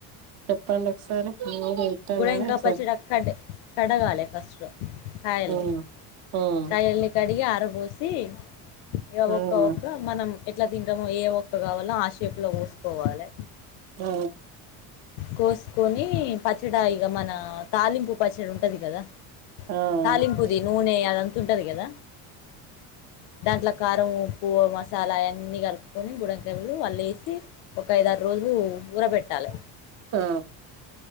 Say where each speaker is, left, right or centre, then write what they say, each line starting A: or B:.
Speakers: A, on the right; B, on the left.
A: చెప్పండి ఒకసారి మేము కూడా పెట్టాం
B: గుడ
A: గాని
B: ఇంకా
A: ఒకసారి
B: పచ్చడి క కడగాలి ఫస్ట్ కాయల్ని
A: మ్మ్ మ్మ్
B: కాయల్ని కడిగి ఆ అత బోసి ఇఅ ఒక్క
A: అవునా
B: ఒక్క మనం ఎట్లా తింటము ఏ ఒక్క కావాలో ఆషేపు లో కోస్కోవాలె
A: ఆ
B: కోసుకొని పచ్చడ ఇగ మన తాలింపు పచ్చడ ఉంటది కదా
A: ఆ ఆ
B: తాలింపుది నూనె అదం తా ఉంటది కదా దాంట్లో కారం ఉప్పు మసాలా అయిన్నీ కలుపుకొని బుడంకాయలు అళ్ళ ఏసి ఒక ఐదారు రోజులు ఉఊరబెట్టాలి
A: ఆ